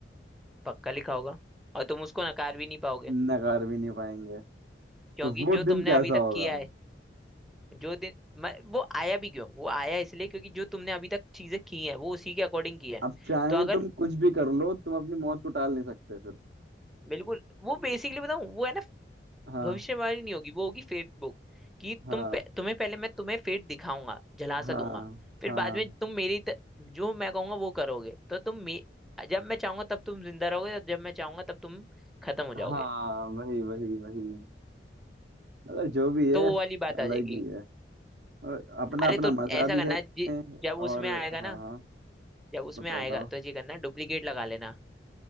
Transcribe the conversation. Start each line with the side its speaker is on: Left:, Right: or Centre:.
Centre: पक्का लिखा होगा और तुम उसको नकार भी नहीं पाओगे
Right: नकार भी नहीं पाएंगे तो
Centre: क्योंकि
Right: वो
Centre: जो तुमने
Right: दिन कैसा
Centre: अभी तक
Right: होगा
Centre: किया है जो दिन म, वो आया भी क्यों वो आया इसलिए क्योंकि जो तुमने अभी तक चीजें की हैं वो उसी के अकॉर्डिंग की है
Right: अब चाहे
Centre: तो अगर
Right: तुम कुछ भी कर लो तुम अपनी मौत को टाल नहीं सकते फिर
Centre: बिल्कुल वो बेसिकली बताऊं वो है ना
Right: हाँ
Centre: भविष्यवाणी नहीं होगी वो होगी फेट बुक कि
Right: हाँ
Centre: तुम पे, तुम्हें पहले मैं तुम्हें फेट दिखाऊंगा झलासा
Right: हाँ
Centre: दूंगा फिर
Right: हाँ
Centre: बाद में तुम मेरी त, जो मैं कहूंगा वो करोगे तो तुम मे, जब मैं चाहूंगा तब तुम जिंदा रहोगे और जब मैं चाहूंगा तब तुम खत्म हो जाओगे
Right: हाँ वही वही वही मगर जो भी है
Centre: तो वो वाली बात
Right: अलग
Centre: आ जाएगी
Right: ही है और अपना
Centre: अरे
Right: अपना
Centre: तो
Right: मजा
Centre: ऐसा
Right: भी
Centre: करना
Right: है
Centre: जि- जब
Right: और
Centre: उसमें आएगा
Right: हाँ
Centre: ना
Right: हाँ
Centre: जब उसमें
Right: बताओ
Centre: आएगा
Right: बताओ
Centre: तो ये करना डुप्लीकेट लगा लेना